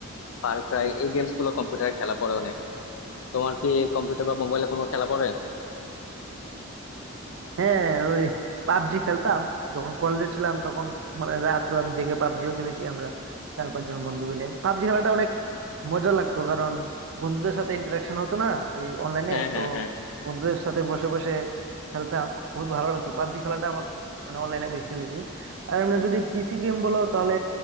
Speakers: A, on the left; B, on the right.
A: ফার ক্রাই এই গেমস গুলো কম্পিউটারে খেলা পড়ে অনেক তোমার কি কম্পিউটার বা মোবাইলে কোনো খেলা পড়ে
B: হ্যাঁ ওই পাবজি খেলতাম যখন কলেজে ছিলাম তখন মানে রাত রাত জেগে পাবজিও খেলেছি আমরা চার পাঁচজন বন্ধু মিলে পাবজি খেলাটা অনেক মজা লাগতো কারণ বন্ধুদের সাথে ইন্টারাকশন হতো না এই অনলাইনে
A: হ্যাঁ হ্যাঁ
B: তো
A: হ্যাঁ
B: বন্ধুদের সাথে বসে বসে খেলতাম খুবই ভালো লাগতো পাবজি খেলাটা আমার মানে অনলাইনে বেশি খেলেছি আর এমনি যদি পিসি গেম বলো তাহলে